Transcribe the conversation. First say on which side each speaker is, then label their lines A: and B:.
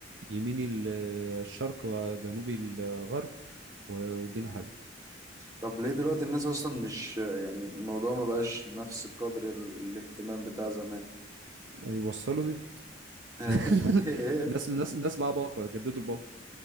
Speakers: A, on the right; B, on the right.
A: يميني ال- الشرق وجنوبي الغرب و- والدنيا حلوه
B: طب ليه دلوقتي الناس اصلا مش يعني الموضوع ما بقاش بنفس قدر ال- الاهتمام بتاع زمان
A: وصلوا لي
B: <laughs>
A: <laughs> الناس الناس الناس معاها باقه جددوا الباقه